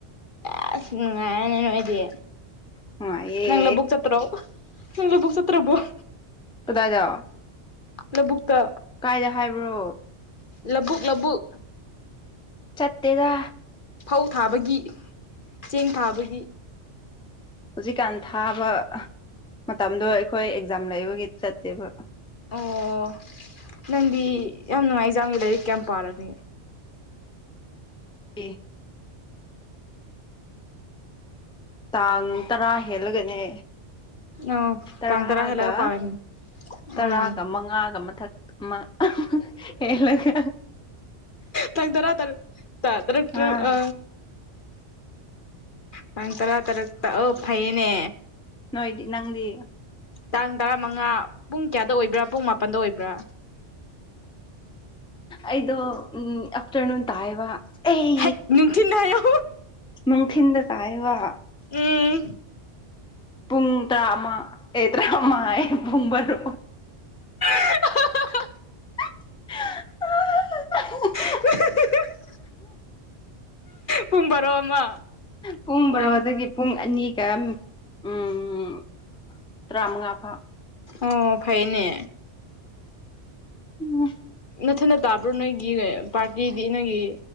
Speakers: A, on the left; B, in the centre.
A: ꯆꯦꯁ ꯅꯨꯡꯉꯥꯏꯔꯦꯅꯦ ꯅꯣꯏꯗꯤ
B: ꯅꯨꯡꯉꯥꯏꯌꯦ
A: ꯅꯪ ꯄꯨꯕꯨꯛ ꯆꯠꯄꯗꫭ ꯅꯪ ꯂꯕꯨꯛ ꯆꯠꯇꯔꯕꫭ
B: ꯀꯗꯥꯏꯗ
A: ꯂꯕꯨꯛꯇ
B: ꯀꯥꯏꯗ ꯍꯥꯏꯕ꯭ꯔꯣ
A: ꯂꯧꯕꯨꯛ ꯂꯧꯕꯨꯛ
B: ꯆꯠꯇꯦꯗ
A: ꯐꯧ ꯊꯥꯕꯒꯤ ꯆꯦꯡ ꯊꯥꯕꯒꯤ
B: ꯍꯧꯖꯤꯛꯀꯥꯟ ꯊꯥꯕ ꯃꯇꯝꯗꯣ ꯑꯩꯈꯣꯏ ꯑꯦꯛꯖꯥꯝ ꯂꯩꯕꯒꯤ ꯆꯠꯇꯦꯕ
A: ꯑꯣ ꯅꯪꯗꯤ ꯌꯥꯝ ꯅꯨꯡꯉꯥꯏ ꯑꯦꯛꯖꯝꯒꯤ ꯂꯥꯏꯔꯤꯛ ꯀꯌꯥꯝ ꯄꯥꯔꯒꯦ
B: ꯑꯦ ꯇꯥꯡ ꯇꯔꯥ ꯍꯦꯜꯂꯒꯅꯦ
A: ꯑꯣ
B: ꯇꯔꯥꯒ
A: ꯇꯥꯡ ꯇꯔꯥ ꯍꯦꯜꯂꯒ ꯄꯥꯔꯅꯤ
B: ꯇꯔꯥꯒ
A: ꯎꯝ
B: ꯃꯉꯥꯒ ꯃꯊꯛ ꯑꯃ ꯍꯦꯛꯂꯛꯀꯦ
A: ꯇꯥꯡ ꯇꯔꯥ ꯇꯔꯨꯛ ꯇ ꯇꯔꯨꯛ ꯇꯔꯨꯛ
B: ꯑꯥ
A: ꯑ ꯇꯥꯡ ꯇꯔꯥ ꯇꯔꯨꯛꯇ ꯑꫭ ꯐꯩꯅꯦ
B: ꯅꯣꯏꯗꯤ ꯅꯪꯗꯤ
A: ꯇꯥꯡ ꯇꯔꯥ ꯃꯪꯉꯥ ꯄꯨꯡ ꯀꯌꯥꯗ ꯑꯣꯏꯕ꯭ꯔꯥ ꯄꯨꯡ ꯃꯥꯄꯟꯗ ꯑꯣꯏꯕ꯭ꯔꯥ
B: ꯑꯩꯗꫭ ꯎꯝ ꯑꯥꯞꯇꯔꯅꯨꯟ ꯇꯥꯏꯋꯦꯕ ꯑꯩ
A: ꯍꯠ ꯅꯨꯡꯊꯤꯟ ꯍꯥꯏꯌꯣ
B: ꯅꯨꯡꯊꯤꯟꯗ ꯇꯥꯏꯋꯦꯕ
A: ꯎꯝ
B: ꯄꯨꯡ ꯇꯔꯥ ꯑꯃ ꯑꯦ ꯇꯔꯥꯡꯉ ꯌꯩ ꯑꫭ ꯄꯨꯡ ꯕꯔꯣ
A: <unintelligible>
B: <unintelligible>
A: <unintelligible> ꯄꯨꯡ ꯕꯔꯣ ꯑꯃ
B: ꯄꯨꯡ ꯕꯥꯔꯣꯗꯒꯤ
A: ꯑꯣ
B: ꯄꯨꯡ ꯑꯅꯤꯒ ꯎꯝ ꯇꯔꯥꯃꯉꯥ ꯐꯥꯎ
A: ꯑꯣ ꯐꯩꯅꯦ
B: ꯎꯝ
A: ꯅꯊꯟꯅ ꯄꯕ꯭ꯔꯣ ꯅꯣꯏꯒꯤ ꯄꯥꯔꯇꯤꯗꯤ ꯅꯣꯏꯒꯤ